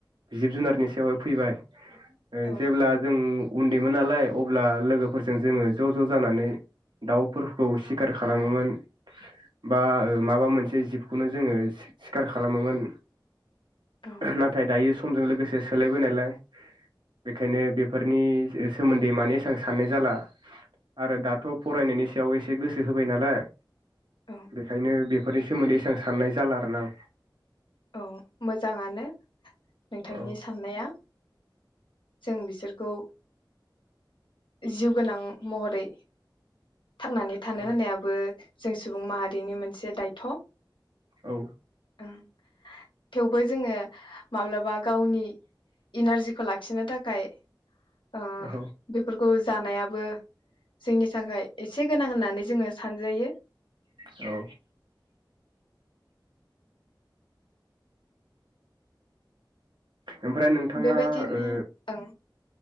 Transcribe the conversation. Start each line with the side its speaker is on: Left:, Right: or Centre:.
Right: जिब -जुनारनि सायावहाय फैबाय
Left: औ
Right: जेब्ला जों उन्दैमोन नालाय अब्ला लोगोफोरजों जोङो ज' ज' जानानै दाउफोरखौ <unintelligible> <unintelligible> खालामोमोन बा माबा मोनसे जिबखौनो जोङो सिखार खालामोमोन
Left: औ
Right: नाथाय दायो समजों लोगोसे सोलायबोनायलाय बेखायनो बेफोरनि सोमोन्दै माने एसां साननाय जाला आरो दाथ' फरायनायनि सायाव एसे गोसो गोहो होबाय नालाय।
Left: औ
Right: बेखायनो बे फोरनि सोमोन्दै एसेबां साननाय जाला आरो ना आं।
Left: औ मोजाङानो नोंथांनि
Right: औ
Left: साननाया। जों बिसोरखौ जिउ गोनां महरै थांनानै थानो
Right: औ
Left: होननायाबो जों सुबुं माहारिनि मोनसे दायथ'।
Right: औ।
Left: उम। थेवबो जोङो माब्लाबा गावनि इनारजिखो लाखिनो थाखाय ओ
Right: औ
Left: बेफोरखौ जानायाबो जोंनि थाखाय एसे गोनां होननानै जोङो सानजायो।
Right: औ ओमफ्राय नोंथाङा
Left: बेबायदिनो
Right: ओ
Left: ओं